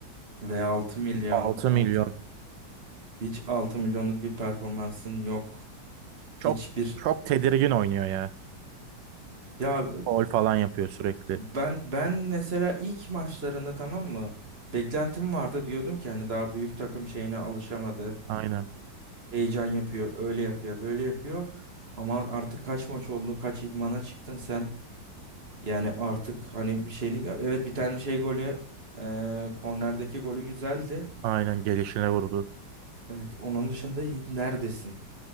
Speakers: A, on the right; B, on the right.
A: ve 6 milyon
B: Altı
A: altın.
B: milyon.
A: Hiç 6 milyonluk bir performansın yok.
B: Çok
A: Hiçbir
B: çok tedirgin oynuyor ya.
A: ya
B: Faul falan yapıyor sürekli.
A: ben ben mesela ilk maçlarında tamam mı? Beklentim vardı diyordum ki hani daha büyük takım şeyine alışamadı.
B: Aynen.
A: Heyecan yapıyor, öyle yapıyor, böyle yapıyor. Ama artık kaç maç oldu, kaç idmana çıktın sen? Yani artık hani bir şeyini evet bir tane şey golü e, kornerdeki golü güzeldi.
B: Aynen gelişine vurdu.
A: Evet onun dışında hi- neredesin?